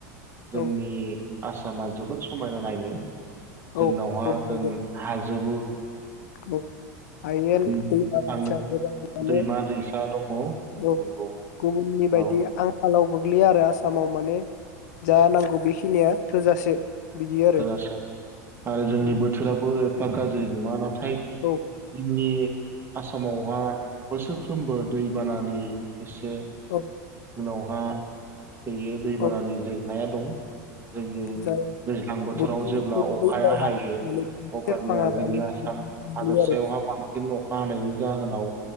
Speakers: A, on the right (about 25°); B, on the left (about 70°).
A: जोंनि
B: औ
A: आसामा जोबोद समायना नायनो जोंनावहा
B: औ औ नंगौ
A: जों हाल जोबो
B: औ हायेन
A: मोननो
B: औ दैमा
A: थाङो
B: दैसा,
A: दैमा दैसा दङ
B: <unintelligible> औ
A: नंगौ
B: गुबुननि बायदि
A: औ
B: आंखालाव गोग्लैया आरो आ सामाव माने जा नांगौ बेखिनिया थोजासे बिदि आरो
A: थोजासे आरो जोंनि
B: औ
A: बोथोराबो गाज्रि नङा नाथाय
B: औ
A: जोंनि आसामावहा बोसोरफ्रोमबो दैबानानि एसे
B: औ
A: उनावहा बेयो दैबानानि
B: औ
A: जेंनाया दं जोंनि
B: जाय
A: दैज्लां बोथोराव
B: दैमाया
A: जेब्ला अखाया हायो
B: माने
A: अब्लानिया
B: सेरफाङा
A: जोंनि
B: माने
A: आसाम हादोरसायावहा
B: बिदि आरो
A: बांसिन अखा हानायनि जाहोनाव